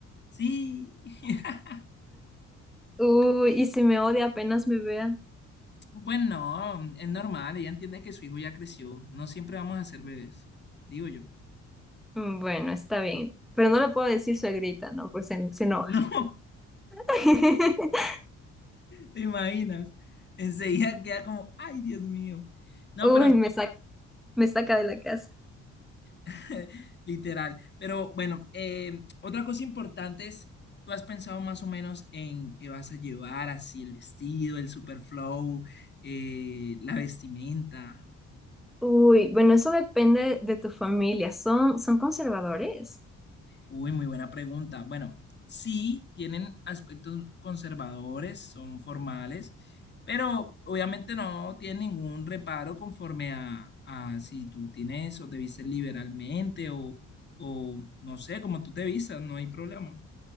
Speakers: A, on the left; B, in the centre.
A: Sí, <laughs>
B: Uy, y si me odia apenas me vea.
A: bueno, es normal, ella entiende que su hijo ya creció, no siempre vamos a ser bebés, digo yo. <laughs>
B: Mm, Bueno, está bien, pero no le puedo decir suegrita, ¿no? pues se, se enoja.
A: No.
B: <laughs>
A: ¿Te imaginas? Enseguida queda como, ay, Dios mío. No,
B: Uy,
A: pero
B: me saca, me saca de la casa.
A: <laughs> literal. Pero bueno, eh, otra cosa importante es, ¿tú has pensado más o menos en qué vas a llevar, así el vestido, el super flow, eh, la vestimenta?
B: Uy, bueno, eso depende de tu familia. ¿Son, son conservadores?
A: Uy, muy buena pregunta. Bueno, sí, tienen aspectos conservadores, son formales, pero obviamente no tienen ningún reparo conforme a, a si tú tienes o te vistes liberalmente o, o no sé, como tú te vistas, no hay problema.